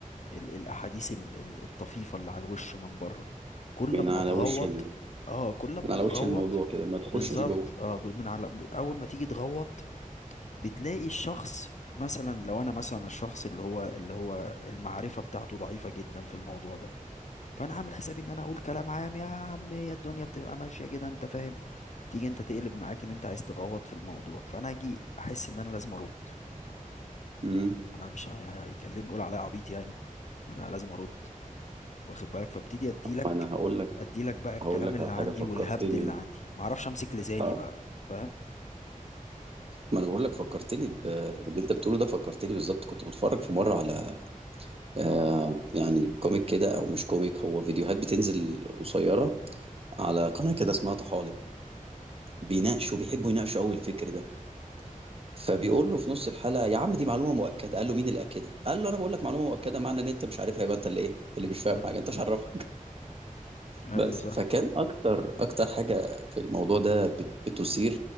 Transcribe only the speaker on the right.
من
على
وش
من على
وش الموضوع كده ما تخشش
جوه
امم
ما انا هقول لك
هقول لك
على حاجه
فكرتني
انت
اه
ما انا بقول لك فكرتني ب... باللي انت بتقوله ده فكرتني بالظبط كنت بتفرج في مره على آه يعني كوميك كده او مش كوميك هو فيديوهات بتنزل قصيره على قناه كده اسمها طحالب بيناقشوا بيحبوا
يناقشوا قوي الفكر ده فبيقول له في نص الحلقه يا عم دي معلومه مؤكده قال له مين اللي اكدها قال له انا بقول لك معلومه مؤكده معنى ان انت مش عارفها يبقى انت اللي ايه اللي مش فاهم
حاجه انت مش
عارف
بس
فكان اكتر اكتر حاجه في الموضوع ده بت- بتثير